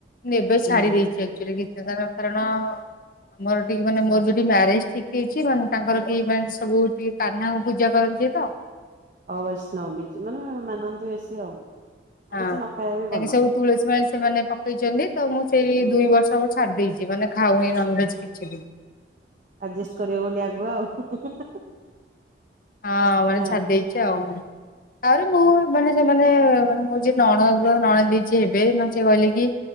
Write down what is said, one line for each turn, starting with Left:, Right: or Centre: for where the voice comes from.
Left: ଏବେ
Right: ହୁଁ
Left: ଛାଡି ଦେଇଛି ଆକ୍ଚୁଲି କାରଣ ଆମର ଟିକେ ମାନେ ମୋର ଯଦି ମ୍ୟାରେଜ ଠିକ ହେଇଛି ମାନେ ତାଙ୍କର କି ମାନେ ସବୁ ଟିକେ କାହ୍ନା କୁ ପୂଜା କରନ୍ତି ତ।
Right: ଅ ବୈଷ୍ଣବ ବିଜ ମାନେ ମାନନ୍ତି ବେଶୀ ଆଉ।
Left: ହଁ
Right: ଆଇଁଷ
Left: କାହିଁକି
Right: ନ ଖାଇବା ବି ଭଲ
Left: ସବୁ ତୁଳସୀ ମାଳି ସେମାନେ ପକେଇଛନ୍ତି ତ ମୁଁ ସେଇ
Right: ହୁଁ
Left: ଦୁଇ ବର୍ଷ ସବୁ ଛାଡି ଦେଇଛି ମାନେ ଖାଉନେଇ ନନଭେଜ କିଛି ବି।
Right: ଆଡ଼ଜଷ୍ଟ କରିବ ବୋଲି ଆଗୁଆ ଆଉ। <unintelligible>
Left: ହଁ ମାନେ
Right: ନା
Left: ଛାଡି ଦେଇଚି ଆଉ। ଆଉରେ ମୁଁ ମାନେ ସେମାନେ ମାନେ ମୋ ଯିଏ ନଣଦ ନଣଦେଇ ଯିଏ ହେବେ, ମାନେ ସେ କହିଲେ କି